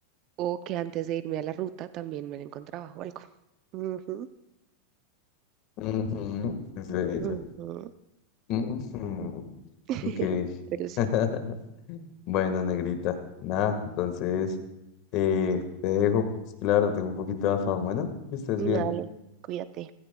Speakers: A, on the right; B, on the left.
A: o que antes de irme a la ruta también me la encontraba o algo. Ujú,
B: Ujú, es de ella.
A: ujú.
B: Ujú,
A: <laughs>
B: ok.
A: Pero sí,
B: <laughs> Bueno, negrita, nada, entonces eh, te dejo, pues claro, tengo un poquito de afán. Bueno, que estés
A: dale,
B: bien.
A: cuídate.